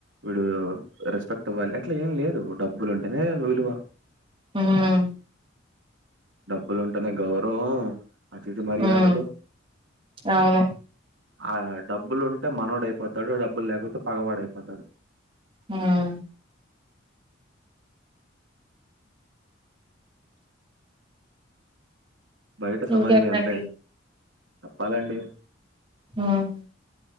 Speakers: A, on the right; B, on the right.
A: వీడు రెస్పెక్ట్ ఇవ్వాలి అట్లా ఏం లేదు డబ్బులు ఉంటేనే విలువ
B: ఉం
A: డబ్బులు ఉంటేనే గౌరవం అతిధి మర్యాదలు
B: హ్మ్ అవును
A: ఆ డబ్బులు ఉంటే మనోడు అయిపోతాడు డబ్బులు లేకపోతే పగవాడ అయిపోతాడు
B: ఉం
A: బయట సమాజం
B: ఇంకేంటండి
A: ఎంతే చెప్పాలండి
B: ఉం